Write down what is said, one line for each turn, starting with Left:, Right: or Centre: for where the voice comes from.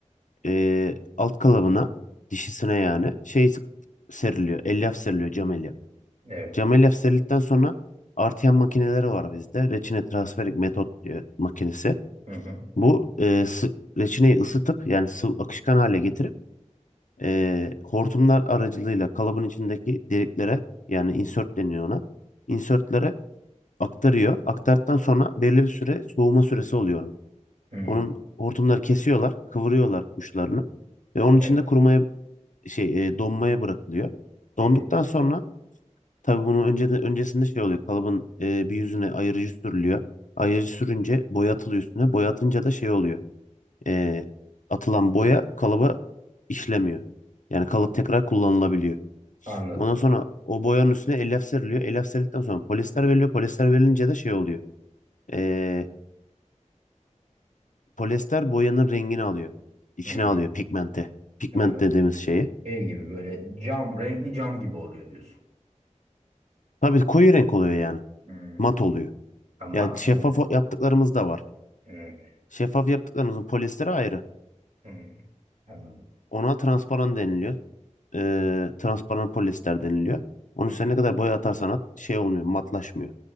Left: e, alt kalıbına dişisine yani şey seriliyor. Elyaf seriliyor cam elyaf.
Right: Evet.
Left: Camel efserildikten sonra artıyan makineleri var bizde. Reçine transferik metot diye makinesi.
Right: Hı hı.
Left: Bu e, sı- reçineyi ısıtıp yani sıvı akışkan hale getirip e, hortumlar aracılığıyla kalıbın içindeki deliklere yani insert deniyor ona. Insertlere aktarıyor. Aktardıktan sonra belli bir süre soğuma süresi oluyor. Onun
Right: Hı.
Left: Onun hortumları kesiyorlar, kıvırıyorlar uçlarını ve onun
Right: Evet.
Left: içinde kurumaya şey e, donmaya bırakılıyor. Donduktan
Right: Hı hı.
Left: sonra Tabii bunu önce de, öncesinde şey oluyor. Kalıbın e, bir yüzüne ayırıcı sürülüyor. Ayırıcı sürünce boya atılıyor üstüne. Boya atınca da şey oluyor. E, atılan boya kalıba işlemiyor. Yani kalıp tekrar kullanılabiliyor.
Right: Anladım.
Left: Ondan sonra o boyanın üstüne elyaf seriliyor. Elyaf serildikten sonra polyester veriliyor. Polyester verilince de şey oluyor. E, polyester boyanın rengini alıyor. İçine
Right: Hı.
Left: alıyor pigmente. Pigment
Right: Anladım.
Left: dediğimiz şeyi.
Right: Şey gibi böyle cam, renkli cam gibi oluyor diyorsun.
Left: Tabii koyu renk oluyor yani.
Right: Hmm.
Left: Mat oluyor.
Right: Ha, mat
Left: Yani şeffaf
Right: mı oluyor?
Left: o- yaptıklarımız da var.
Right: Evet.
Left: Şeffaf yaptıklarımızın polyesteri ayrı.
Right: Hmm, Anladım.
Left: Ona transparan deniliyor. Ee, transparan polyester deniliyor. Onun
Right: Hı
Left: üstüne
Right: hı.
Left: ne kadar boya atarsan at şey olmuyor, matlaşmıyor.